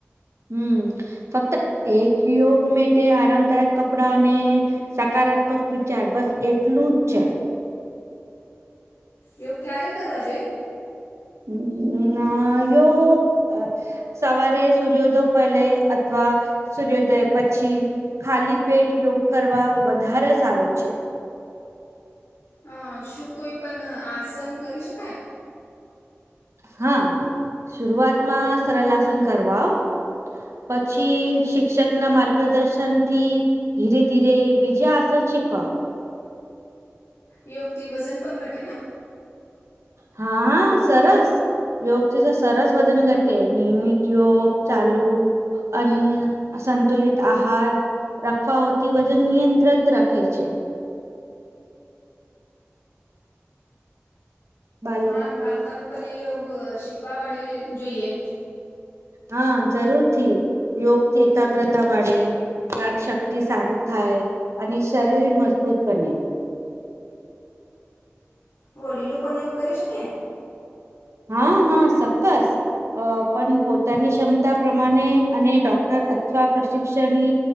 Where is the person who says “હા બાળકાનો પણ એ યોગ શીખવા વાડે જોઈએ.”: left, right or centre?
Left